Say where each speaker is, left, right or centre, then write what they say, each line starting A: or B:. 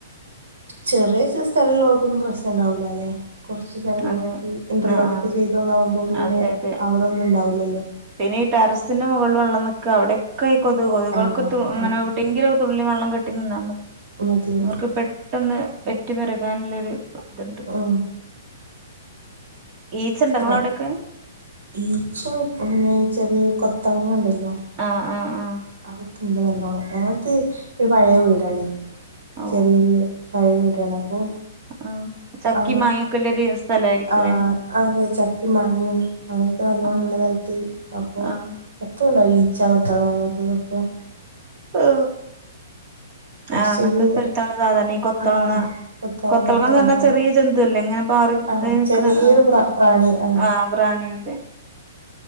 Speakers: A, on the right; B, on the right.
A: ചെറിയ സ്ഥലോർക്കൊന്നും പ്രശ്നം ഇണ്ടാവൂലലെ കൊറ്ച്ച് ത്തലല്ളോൾക്ക്
B: അത്
A: ഇൻ്റർലോക്ക്
B: ആ ആ
A: ഒക്കെ ചെയ്തോന്നാകുമ്പോ പിന്നെ
B: അതെ അതെ
A: അവിടൊന്നും ഇണ്ടാവുല്ലല്ലോ
B: പിന്നെ ഈ ടെറസിന്റെ മുകള് ൽ വള്ളം നിക്ക അവിട്യക്കെ കൊതു കൊതുകൾക്ക്
A: ആഹ്
B: അങ്ങനെവിടെങ്കില
A: ആഹ്
B: തുള്ളി വെള്ളം കെട്ടി നിന്നാ മതി
A: മതിയല്ലോ
B: അവർക്ക് പെട്ടെന്ന് പെറ്റ് പെരുകാനുള്ളൊരു ഇതുണ്ട്
A: ഓ
B: ഈച്ച ഇണ്ടോ ഇങ്ങളെ
A: മുന്നെ
B: അവിടെയൊക്കെ
A: ഈച്ച പിന്നെ ചെറിയെ കൊത്തള്ങ്ങണ്ടല്ലോ
B: ആഹ് ആഹ് ആഹ്
A: ആഹ് ഹു ഇല്ല നല്ലോണം ഞാൻ ത്ത് ഒരു പഴയ വീ ടാണെ
B: ഓ
A: ചെറിയൊരു പഴയ വീട്ണ്ട് അപ്പം
B: ആ ചക്കി
A: ആ
B: മാങ്ങൊക്കെല്ലൊരു സ്ഥലായിരിക്കുംല്ലേ
A: ആ ആ അതെ ചക്കിം മാങ്ങിം അങ്ങനെയൊക്കെ നല്ലോണം
B: ആ
A: ഉള്ളതായിട്ട് അപ്പൊ
B: ആ
A: ഒക്കെ കൊണ്ടോയി ച്ച വെക്കാള്ള നമ്മക്ക് കിട്ട
B: ഓ
A: ഒരു
B: ആഹ്
A: ചെറിയ
B: അങ്ങത്തെ സ്ഥല്ത്താണല്ലൊ സാധാരണെ ഈ കൊത്തളങ്ങ
A: ആ കൊത്തളങ്ങൊക്കെ
B: കൊത്തളങ്ങാന്ന്
A: നല്ലോണം
B: പറഞ്ഞാ ചെറിയ ജന്തുല്ലേ ഇങ്ങനെ പാറി
A: ആ
B: തായ് നിക്ക്ണെ
A: ചെറിയൊരു
B: ആ
A: പ്ര പ്രാണി ആ
B: ആഹ് പ്രാണി അതെ